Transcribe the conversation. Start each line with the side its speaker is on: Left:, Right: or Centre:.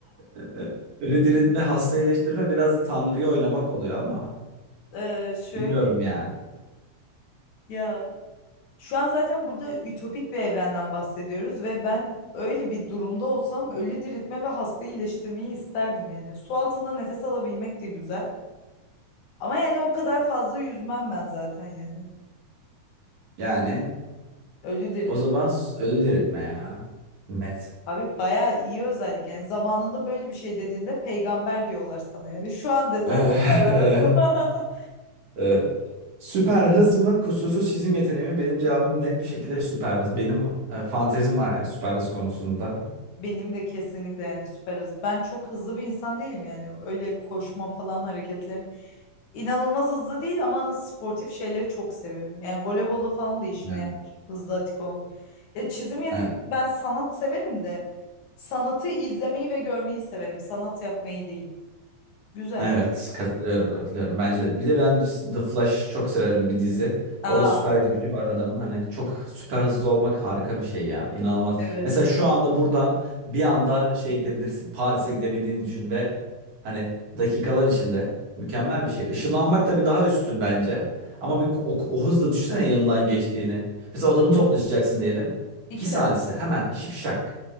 Right: e, ölü diriltme, hasta iyileştirme biraz Tanrı'yı oynamak oluyor ama
Left: <laughs> e, şöyle
Right: bilmiyorum yani.
Left: ya Şu an zaten burada ütopik bir evrenden bahsediyoruz ve ben öyle bir durumda olsam ölü diriltme ve hastayı iyileştirmeyi isterdim yani. Su altında nefes alabilmek de güzel. Ama yani o kadar fazla yüzmem ben zaten yani.
Right: Yani
Left: Ölü dirilt.
Right: o zaman s- ölü diriltme ya. Net.
Left: Abi bayağı iyi özellik yani. Zamanında böyle bir şey dediğinde peygamber diyorlar sana yani. Şu an desen
Right: <laughs>
Left: ne derler acaba? <laughs>
Right: Evet. Süper hız mı kusursuz çizim yeteneği mi? Benim cevabım net bir şekilde süper hız. Benim e, fantezim var yani süper hız konusunda.
Left: Benim de kesinlikle yani süper hız. Ben çok hızlı bir insan değilim yani. Öyle koşma falan hareketlerim. inanılmaz hızlı değil ama sportif şeyleri çok seviyorum. Yani voleybolu falan da işime
Right: Yani,
Left: yarar. Hızlı atik olmak. E, çizim yeteneği
Right: evet.
Left: ben sanat severim de sanatı izlemeyi ve görmeyi severim. Sanat yapmayı değil. Güzel.
Right: Evet, katılıyorum, katılıyorum. Bence de. Bir de ben The Flash çok severim bir dizi.
Left: Aa
Right: Orada süper gücü var adamın. Hani çok süper hızlı olmak harika bir şey ya. İnanılmaz.
Left: evet.
Right: Mesela şu anda buradan bir anda şeye gidebilirsin. Paris'e gidebildiğini düşün ve hani dakikalar içinde mükemmel bir şey. Işınlanmak tabii daha üstün bence. Ama bir o, o hızla düşünsene yanından geçtiğini. Mesela odanı toplayacaksın diyelim.
Left: İki
Right: İki salise
Left: de.
Right: hemen şipşak.